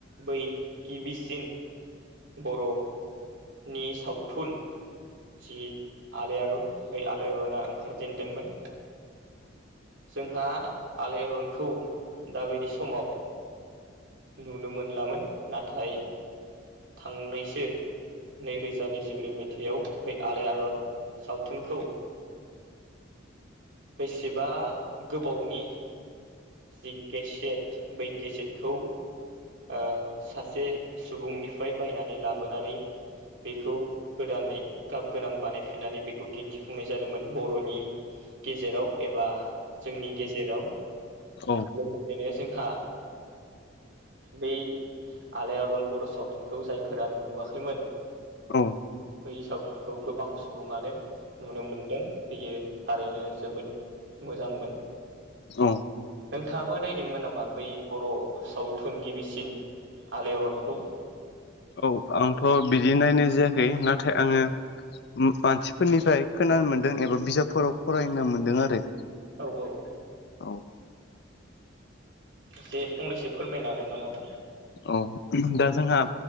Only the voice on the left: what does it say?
औ।
औ।
औ।
औ आंथ' बिदि नायनाय जायाखै। नाथाय आङो ओम मानसिफोरनिफ्राय खोनानो मोनदों एबा बिजाबफोराव फरायनो मोनदों आरो।
औ।
औ दा जोंहा